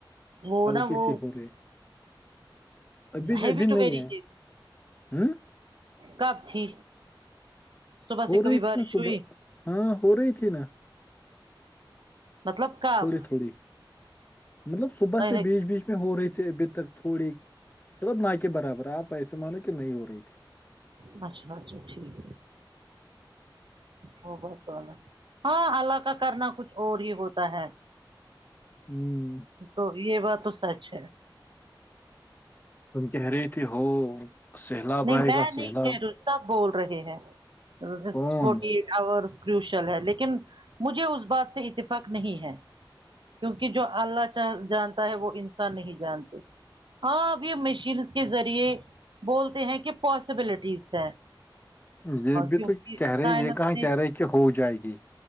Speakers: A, on the right; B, on the left.
A: وہ
B: ہلکی
A: نا وہ
B: سی ہو رہی ابھی ن
A: ہیوی
B: ابھی
A: ٹو
B: نہیں
A: ویری
B: ہے ہ
A: کب تھی صبح
B: ہو
A: سے کبھی
B: رہی
A: بارش
B: تھی نا صبح
A: ہوئی
B: ہاں ہو رہی تھی نا
A: مطلب کب
B: تھوڑی تھوڑی مطلب صبح
A: اچھا
B: سے بیچ بیچ ہو رہی تھی ابھی تک تھوڑی مطلب نہ کے برابر آپ ایسے مانو کہ نہیں ہو رہی تھی
A: ماشاءاللہ اچھا ٹھیک وہ بہت اعلی ہاں اللہ کا کرنا کچھ اور ہی ہوتا ہے
B: ہوں
A: تو یہ بات تو سچ ہے
B: تم کہہ رہی تھی ہو سیلاب
A: نہیں
B: آئے
A: میں
B: گا
A: نہیں
B: سیلاب
A: کہہ رہی ہوں، سب بول رہے ہیں جسٹ
B: کون
A: فورٹی ایٹھ آورس کروشل ہے لیکن مجھے اس بات سے اتفاق نہیں ہے کیونکہ جو اللہ چا جانتا ہے وہ انسان نہیں جانتے ہاں اب یہ مشینس کے ذریعے بول تے ہیں کہ پاسبلٹیز ہے
B: یہ بھی
A: کیونکہ
B: تو کہہ رہے
A: سائنس
B: یہ کہاں
A: نے
B: کہہ رہے کہ ہو جائے گی